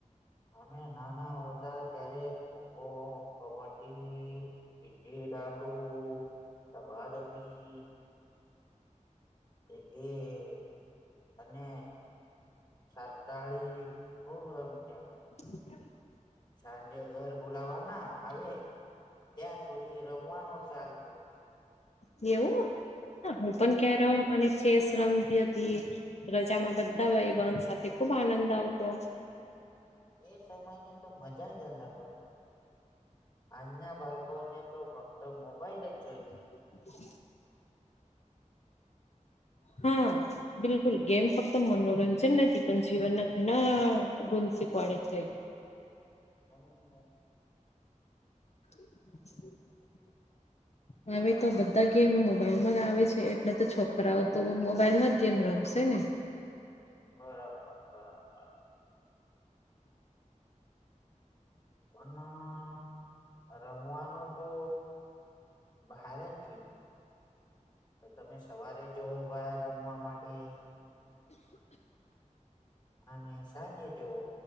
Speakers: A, on the left; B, on the left.
A: અમે નાના હોતાા ત્યારે ખોખો, અવટ્ટીથ, ડિડીડાડું, ડબાદબી ક્રિકેટ અને સાતાળી હો્રમ ક્યા
B: <inaudible>
A: સાંજે ઘર બોલાવા ના આવે ત્યાં સુધી રમવાનો ચાલતો
B: એવું
A: હમ
B: હું પણ કેરમ અને ચેસ રમતી હતી રજામાં બધા ભાઈ બ સાથે ખુબ આનંદ આવતો
A: એ સમયની તો મજા જ અલગો છે આજના બાળકોને તો ફક્ત મોબાઈલ જ જોઈ
B: <inaudible> હમ બિલકુલ ગેમ ફક્ત મનોરંજન નથી પણ જીવનના ઘણા ગુણ શીખવાડે છે
A: હ
B: <unintelligible> હવે તો બધા ગેમ મોબાઈલ માં જ આવે છે એટલે તો છોકરાઓ તો મોબાઈલમાં જ ગેમ રમશે ને
A: બરાબર બરાબર પણ રમવાનો તો બહાર જ જોઈએ તો તમે સવારે જવો બહાર રમવા માટે અને સાંજે જવો